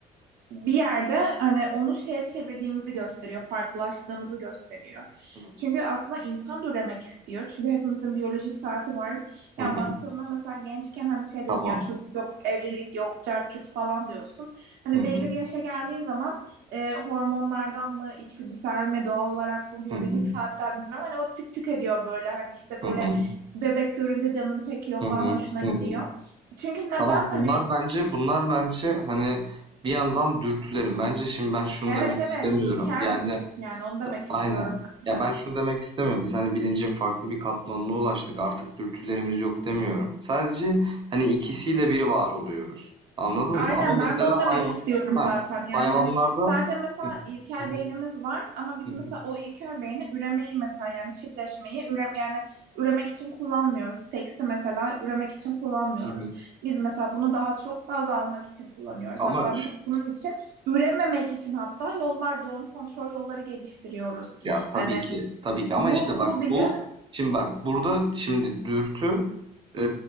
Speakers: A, on the right; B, on the right.
A: Bir yerde hani onu şeye çevirdiğimizi gösteriyor, farklılaştığımızı gösteriyor.
B: hı,
A: Çünkü aslında insan da üremek istiyor. Çünkü hepimizin biyolojik saati var.
B: hı,
A: Yani baktığında mesela gençken hani şey diyorsun
B: Tamam.
A: yani çocuk yok, evlilik yok, cart curt falan diyorsun. Hani
B: Hı hı,
A: belli bir yaşa geldiğin zaman e, hormonlardan mı, içgüdüsel mi, doğal olarak mı, biyolojik
B: hı hı,
A: saatten mi bilmiyorum. Hani o tık tık ediyor böyle hani işte
B: hı
A: böyle
B: hı,
A: bebek görünce canını çekiyor
B: hı
A: falan
B: hı,
A: hoşuna gidiyor.
B: hı hı.
A: Çünkü neden
B: Tamam
A: hani
B: bunlar bence bunlar bence hani bir yandan dürtülerim. Bence şimdi ben şunu
A: Evet
B: demek
A: evet
B: istemiyorum.
A: ilkel
B: Yani
A: bir dürtü yani onu demek istiyorum
B: aynen. Ya
A: ben
B: ben
A: de.
B: şunu demek istemiyorum. Biz hani bilincin farklı bir katmanına ulaştık. Artık dürtülerimiz yok demiyorum. Sadece hani ikisiyle bir var oluyoruz. Anladın
A: Aynen
B: mı? Ama
A: ben
B: mesela
A: de onu demek
B: hayvan
A: istiyorum
B: ha,
A: zaten. Yani
B: hayvanlarda
A: hani sadece mesela ilkel
B: Hı hı,
A: beynimiz var ama biz
B: hı hı,
A: mesela o ilkel beyni üremeyi mesela yani çiftleşmeyi ürem yani üremek için kullanmıyoruz. Seksi mesela üremek için kullanmıyoruz.
B: hı hı.
A: Biz mesela bunu daha çok haz almak için kullanıyoruz.
B: ama
A: Hatta mesela bunun için ürememek için hatta yollar doğum kontrol yolları geliştiriyoruz.
B: Ya tabii
A: Hani
B: ki. Tabii ki ama
A: bu
B: işte bak
A: bu bile
B: bu şimdi bak burada şimdi dürtü e,